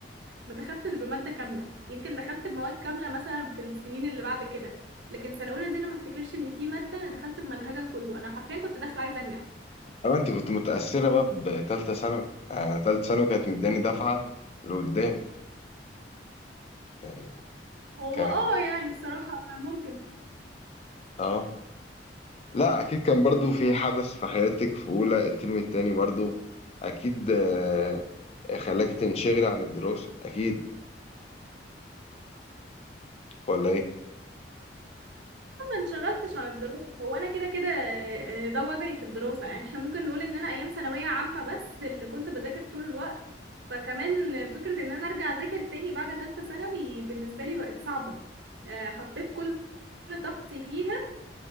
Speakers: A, on the right; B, on the left.
A: ما دخلتش بماده كامله يمكن دخلت بمواد كامله مثلا في السنين اللي بعد كده لكن سنه اولى دي انا ما افتكرش ان في ماده انا دخلت بمنهجها كله انا حرفيا كنت داخله عايزه انجح
B: اما انت كنت متأثرة بقى بتالتة ثانوي آه تالتة ثانوي كانت مداني دفعة لقدام يعني
A: هو
B: كانت
A: اه يعني الصراحه ممكن
B: اه لا اكيد كان برضو في حدث في حياتك في اولى الترم التاني برضو اكيد آه، خلاك تنشغل عن الدراسة اكيد ولا ايه
A: انشغلتش عن الدراسة هو انا كده كده آه، آه، ده وضعي في الدراسة يعني احنا ممكن نقول ان انا ايام ثانوية عامة بس اللي كنت بذاكر طول الوقت فكمان فكرة ان انا ارجع اذاكر تاني بعد ثالثة ثانوي بالنسبة لي بقت صعبة آه، حطيت كل طاقتي فيها